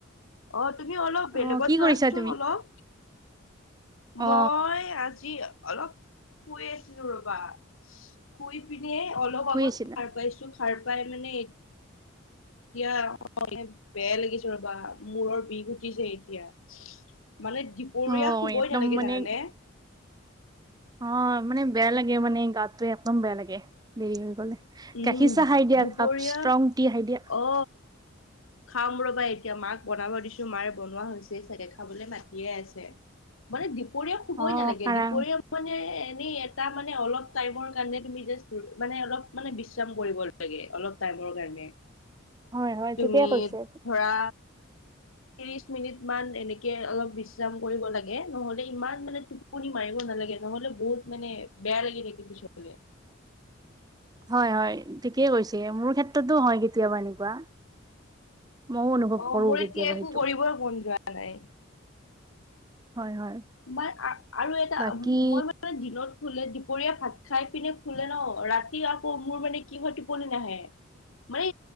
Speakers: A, on the left; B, on the right.
A: অ তুমি অলপ বেলেগত
B: অ কি
A: যোৱাচোন
B: কৰিছা তুমি
A: অলপ মই
B: অ
A: আজি অলপ শুই আছিলো ৰবা। শুই পিনে অলপ
B: শুই
A: আগত
B: আছিলা
A: সাৰ পাইছো সাৰ পাই মানে এতিয়া বেয়া লাগিছে ৰ'বা মূৰৰ বিষ উটিছে এতিয়া মানে দুপৰীয়া
B: অ
A: শুবই
B: একদম
A: তেনেকে
B: মানে
A: জানানে।
B: অ, মানে বেয়া লাগে মানে গাতটোে একদম বেয়া লাগে দেৰি হৈ গলে।
A: উম
B: গাখীৰ চাহ খাই দিয়া
A: দুপৰীয়া
B: কাপ ষ্ট্ৰং টি খাই দিয়া।
A: অ খাম ৰ'বা এতিয়া মাক বনাব দিছো। তোমাৰ বনোৱা হৈছেই চাগে খাবলৈ মাতিয়ে আছে মানে দুপৰীয়া শুবই
B: অ
A: নালাগে
B: কাৰা
A: দুপৰীয়া মানে এনে এটা মানে অলপ টাইমৰ কাৰণে তি মানে অলপ মানে বিশ্ৰাম কৰিব লাগে অলপ টাইমৰ কাৰণে
B: হয় হয়
A: তুমি
B: ঠিকে কৈছে।
A: ধৰা ত্ৰিশ মিনিট মান এনেকে অলপ বিশ্ৰাম কৰিব লাগে নহলে ইমান মানে টোপনি মাৰিব নালাগে। নালাগে, নহলে বহুত মানে বেয়া লাগি থাকে পিছলে,
B: <inaudible> হয় হয় ঠিকেই কৈছে মোৰ ক্ষেত্ৰতো হয় কেতিয়াবা এনেকুৱা। ময়ও অনুভৱ
A: অ
B: কৰো
A: মোৰ
B: কেতিয়াবা
A: এতিয়া একো
B: সেইটো।
A: কৰিবই মন যোৱা নাই
B: হয় হয়।
A: মই আৰু এটা
B: বাকী
A: মই মানে দিনত খুলে দুপৰীয়া ফ খাই পিনে ফুলে ন ৰাতি আকৌ মোৰ মানে কি হয় টোপনি নাহে মানে।